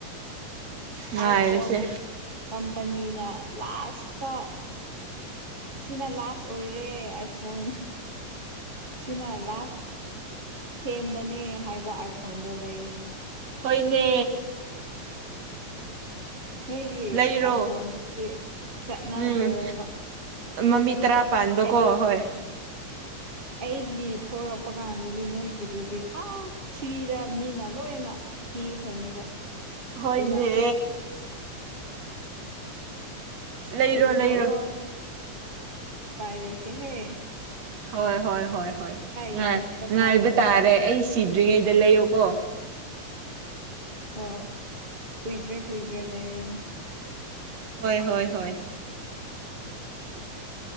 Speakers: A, on the right; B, on the right.
A: ꯉꯥꯏꯔꯁꯦ
B: ꯑꯥꯏꯐꯣꯟ ꯀꯝꯄꯅꯤꯅ ꯂꯥꯁꯇ ꯁꯤꯅ ꯂꯥꯁ ꯑꯣꯏꯔꯦ ꯑꯥꯏꯐꯣꯟ ꯁꯤꯅ ꯂꯥꯁ ꯊꯦꯝꯕꯅꯦ ꯍꯥꯏꯕ ꯑꯥꯏꯐꯣꯟꯗꯣ ꯂꯩꯒꯅꯤ
A: ꯍꯣꯏꯅꯦ
B: ꯅꯣꯏꯒꯤ
A: ꯂꯩꯔꯣ
B: ꯑꯥꯏꯐꯣꯟꯗꯨꯗꯤ ꯆꯠꯅꯗ꯭ꯔꯦꯕ
A: ꯎꯝ ꯃꯃꯤꯠ ꯇꯔꯥ ꯄꯥꯟꯕ
B: ꯑꯦ
A: ꯀꯣ ꯍꯣꯏ
B: ꯑꯩꯒꯤ ꯊꯣꯔꯛꯄ ꯀꯥꯟꯗꯗꯤ ꯅꯣꯏꯒꯤꯗꯨꯗꯤ ꯑꯥ ꯐ꯭ꯔꯤꯗ ꯃꯤꯅ ꯂꯣꯏꯅ ꯄꯤꯈ꯭ꯔꯅꯤꯕ
A: ꯍꯣꯏꯅꯦ
B: ꯑꯗꯨꯅ
A: ꯂꯩꯔꯣ
B: ꯑꯗꯨꯅꯀꯣ
A: ꯂꯩꯔꯣ
B: ꯎꯄꯥꯏ ꯂꯩꯇꯦ ꯍꯦ
A: ꯍꯣꯏ ꯍꯣꯏ ꯍꯣꯏ ꯍꯣꯏ ꯉꯥꯏ
B: ꯌꯦꯡꯉꯛꯄ ꯇꯥꯕꯅꯦ
A: ꯉꯥꯏꯕ ꯇꯥꯔꯦ
B: ꯅꯣꯏ
A: ꯑꯩ ꯁꯤꯗ ꯗꯔꯤꯉꯩꯗ ꯂꯩ ꯌꯣꯀꯣ
B: ꯍꯣ ꯀꯨꯏꯗ꯭ꯔꯦ ꯀꯨꯏꯗ꯭ꯔꯦ ꯂꯩꯔꯅꯤ
A: ꯍꯣꯏ ꯍꯣꯏ ꯍꯣꯏ